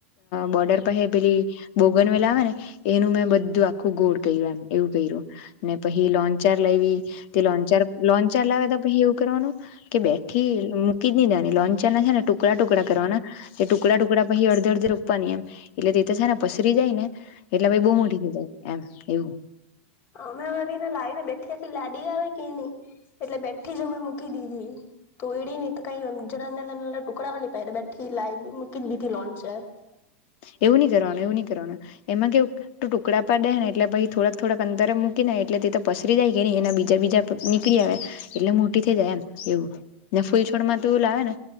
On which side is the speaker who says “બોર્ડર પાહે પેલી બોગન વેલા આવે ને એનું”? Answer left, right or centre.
Left